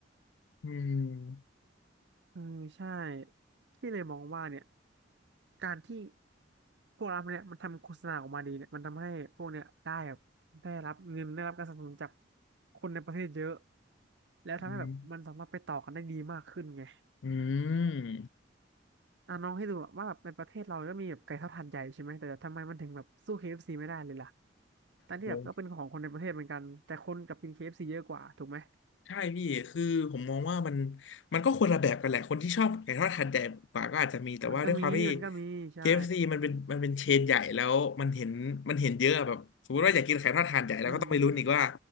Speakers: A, on the left; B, on the right.
A: อืม
B: เออใช่ที่เลยมองว่าเนี่ยการที่พวกเราเนี่ยมันทำโฆษณาออกมาดีเนี่ยมันทำให้พวกเนี่ยได้แบบได้รับเงินได้รับการสนับสนุนจากคนในประเทศเยอะแล้วทำให้แบบมันสามารถไปต่อกันได้ดีมากขึ้นไง
A: อืมอืม
B: อ่ะน้องให้ดูอะว่าแบบในประเทศเราก็มีแบบไก่ทอดหาดใหญ่ใช่ไหมแต่ทำไมมันถึงแบบสู้ KFC ไม่ได้เลยล่ะทั้งที่แบบก็เป็นของคนในประเทศเหมือนกันแต่คนกลับกินเคเอฟซีเยอะกว่าถูกไหม
A: โห ใช่พี่คือผมมองว่ามันมันก็คนละแบบกันแหละคนที่ชอบไก่ทอดหาดใหญ่กว่าก็อาจจะมีแต่ว่าด้วยความที่
B: มันก็มีมันก็มีใช่
A: KFC มันเป็นมันเป็นเชนใหญ่แล้วมันเห็นมันเห็นเยอะแบบสมมติว่าอยากกินไก่ทอดหาดใหญ่แล้วก็ต้องไปลุ้นอีกว่า
B: อืมอืมอืม